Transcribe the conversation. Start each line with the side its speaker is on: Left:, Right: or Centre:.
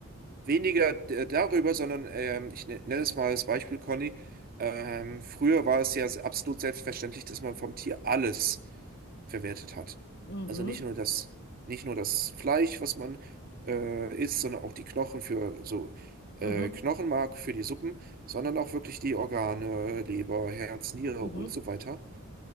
Right: weniger äh, darüber, sondern ähm, ich ne- nenne es mal als Beispiel, Conny. Ähm, früher war es ja s- absolut selbstverständlich, dass man vom Tier alles verwertet hat.
Left: Mhm,
Right: Also nicht nur das, nicht nur das Fleisch, was man äh, isst, sondern auch die Knochen für so äh,
Left: mhm,
Right: Knochenmark für die Suppen, sondern auch wirklich die Organe, Leber, Herz, Niere
Left: mhm.
Right: und so weiter.